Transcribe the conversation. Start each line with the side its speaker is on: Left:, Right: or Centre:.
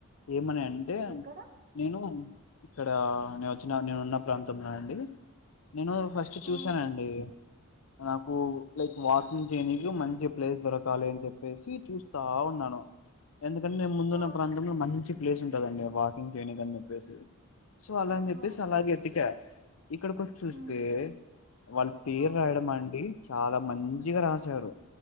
Left: ఏమని అంటే
Right: ఎక్కడ
Left: నేను ఇక్కడ నేను వచ్చిన నేను ఉన్న ప్రాంతంలో అండి నేను ఫస్ట్ చూసానండి,
Right: ఆ
Left: నాకు లైక్ వాకింగ్ చేయడానికి మంచి ప్లేస్ దొరకాలి అని చెప్పేసి చూస్తా, ఉ న్నాను ఎందుకంటే నేను ముందున్న
Right: ఆ
Left: ప్రాంతంలో మంచి, ప్లేస్ ఉంటదండి వాకింగ్ చేయనిద అని చెప్పేసి సో అలా
Right: ఆహా
Left: అని చెప్పేసి అలాగ ఎతిక, ఇక్కడకి వచ్చి చూస్తే
Right: ఉమ్
Left: వాళ్ళ పేరు
Right: ఆ
Left: రాయడం అండి చాలా మంచిగా రాశారు